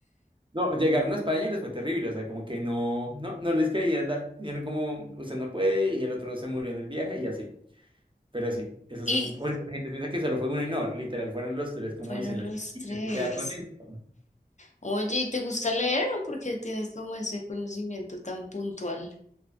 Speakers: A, on the right (about 30°); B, on the left (about 45°).
A: No, llegaron a España y les fue terrible, o sea, como que no, no, no les querían dar. Dijeron como, usted no puede, y el otro se murió en el viaje y así. Pero sí, eso es
B: y
A: un... Porque la gente piensa que solo fue uno y no, literal, fueron los tres como
B: fueron
A: diciendo,
B: los
A: ¿y
B: tres.
A: quién se queda con esto?
B: Oye, ¿y te gusta leer o porque tienes como ese conocimiento tan puntual?